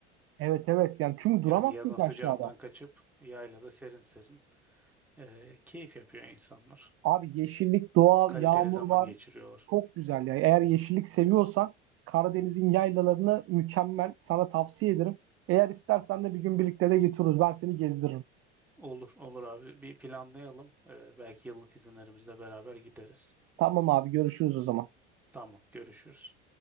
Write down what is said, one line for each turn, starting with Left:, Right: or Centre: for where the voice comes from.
Right: Evet evet yani çünkü
Centre: Yani
Right: duramazsın
Centre: yazın
Right: ki
Centre: sıcağından
Right: aşağıda.
Centre: kaçıp yaylada serin serin e, keyif yapıyor insanlar.
Right: Abi yeşillik, doğa,
Centre: Kaliteli
Right: yağmur
Centre: zaman
Right: var.
Centre: geçiriyorlar.
Right: Çok güzel ya. Eğer yeşillik seviyorsan Karadeniz'in yaylalarını mükemmel. Sana tavsiye ederim. Eğer istersen de bir gün birlikte de getiririz. Ben seni gezdiririm.
Centre: Olur, olur abi. Bir planlayalım. E, belki yıllık izinlerimizle beraber gideriz.
Right: Tamam abi görüşürüz o zaman.
Centre: Tamam, görüşürüz.